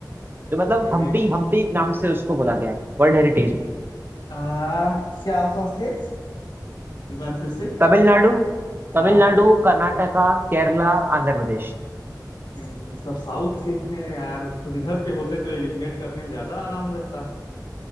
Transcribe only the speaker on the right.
तो मतलब
हम्पी हम्पी नाम से उसको बोला गया है वर्ल्ड हेरिटेज में
तमिलनाडु
तमिलनाडु कर्नाटका केरला आंध्र प्रदेश